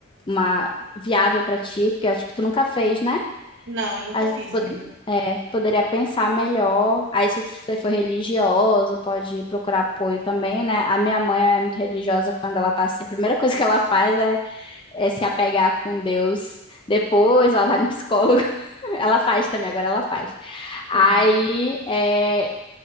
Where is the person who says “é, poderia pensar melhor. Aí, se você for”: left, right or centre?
Left